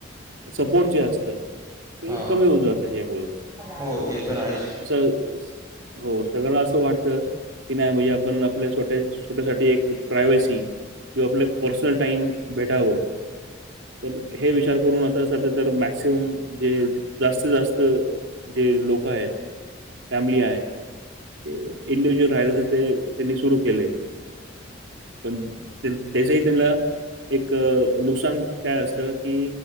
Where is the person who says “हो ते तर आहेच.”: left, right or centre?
Right